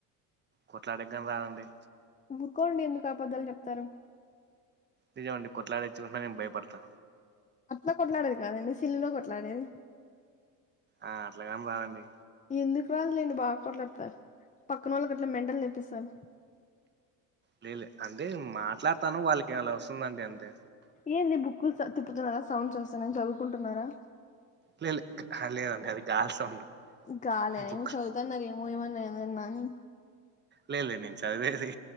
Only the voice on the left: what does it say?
ఊరుకోండి ఎందుకు అపద్ధాలు చెప్తారు
అట్లా కొట్లాడేది కాదండి సిల్లుల్లో కొట్లాడేది
ఎందుకు రాదులేండి బాగా కొట్లాడతారు పక్కన వాళ్ళకి అట్లా మెంటలు తెప్పిస్తారు
ఏందీ బుక్కుల్ సద్దుతున్నారా సౌండ్స్ వస్తున్నాయి చదువుకుంటున్నారా
గాలా
ఏమో చదువుతన్నార ఏమో ఏమో ఏమన్న అని